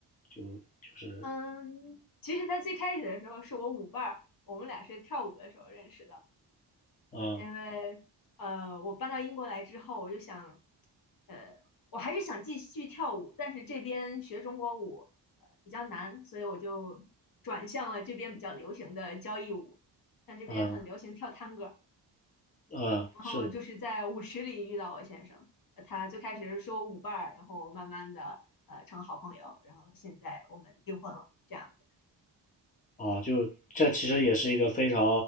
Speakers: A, on the left (about 20°); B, on the left (about 55°).
A: 就就是
B: 嗯，其实他最开始的时候是我舞伴儿，我们俩是跳舞的时候认识的。
A: 嗯
B: 因为呃，我搬到英国来之后，我就想，呃，我还是想继续跳舞，但是这边学中国舞呃比较难，所以我就转向了这边比较流行的交谊舞，像这边很流行跳探戈，
A: 嗯嗯，
B: 然后就是在舞池里遇到我先生，
A: 是
B: 呃他最开始是说舞伴儿，然后慢慢的呃成好朋友，然后现在我们订婚了，这样子。
A: 啊，就这其实也是一个非常